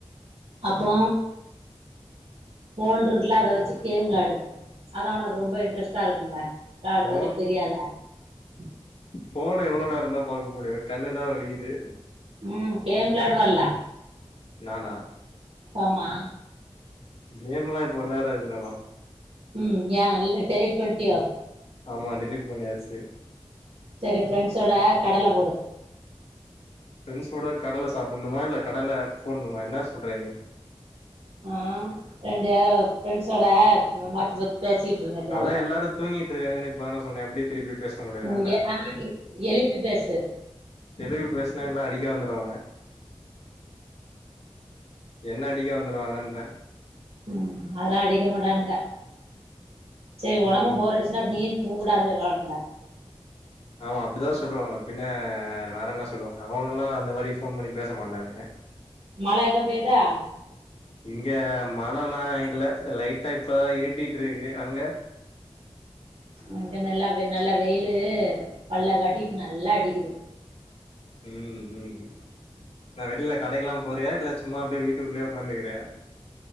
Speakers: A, on the right; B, on the left.
A: அப்போ ஃபோன்றுக்குல அத வச்சு கேம் விளையாடு அதா உனக்கு ரொம்ப இன்ட்ரெஸ்டா இருக்குமே யாடுறதுல
B: ஃபோன்
A: பெரிய ஆள உஹ <inaudible>
B: ஃபோன எவ்வளோ நேரந்தா பாக்க முடியு கண்ணுலா வலிக்குது
A: உம் கேம் விளையாடுவ இல்ல
B: நானா
A: ஆமா
B: கேம் லாம் இப்போ விளையாடுறது இல்லமா
A: உம் ஏன் இல்ல டெலீட் பண்டியோ
B: ஆமா டெலீட் பண்ணியாச்சு
A: சரி ஃப்ரெண்ட்ஸோட கடல போடு
B: ஃப்ரெண்ட்ஸோட கடல சாப்புன்ணுமா இல்ல கடல போட்ணுமா என்ன சொல்ற நீ
A: ஆ <unintelligible> ஃப்ரெண்ட்ஸோட <unintelligible> இருங்க ஜாலியா
B: அதா எல்லாரு தூங்கிட்ருகாங்களே இப்பதான சொன்னே எப்டி திருப்பி பேச முடியு
A: உம்
B: நானு
A: ஆ எழுப்பி பேசு <inaudible>
B: தெலுங்கு பேசுனா எல்லா அடிக்க வந்துருவாங்க என்ன அடிக்க வந்துருவாங்கன்றெ
A: உம் அதெல்லா அடிக்க மாட்டானுங்க சே
B: ம்
A: ஒனக்கும் போறடுச்சுனா நீயு தூங்குடான் சொல்றானுங்க
B: ஆமா அப்டிதா சொல்லுவாங்க பின்ன வேறென்ன சொல்லுவாங்க அவனுகல்லா அந்த மாரி ஃபோன் பண்ணி பேச மாட்டானுக
A: மழ எதும் பெய்தா
B: இங்க மழல்லா இல்ல லைட்டா இப்பதா இருட்டிட்ருகு அங்க
A: அங்க நல்லா வெ நல்லா வெயிலு பல்ல காட்டிட்டு நல்லா அடிக்குது
B: உம் உம் நா வெள்ல கடைக்குலாம் போறியா இல்ல சும்மா அப்டே வீட்டுக்குள்ளே உக்காந்துக்கிறியா